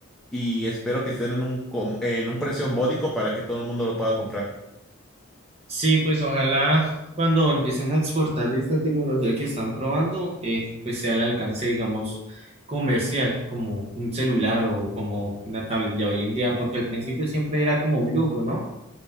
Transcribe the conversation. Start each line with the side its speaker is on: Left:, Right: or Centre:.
Centre: y espero que estén en un, com- en un precio módico para que todo el mundo lo pueda comprar.
Right: Sí, pues ojalá cuando empiecen a exportar esta tecnología que están probando, eh, pues sea al alcance, digamos, comercial, como un celular o como una tablet ya hoy en día, porque al principio siempre era como un lujo, ¿no?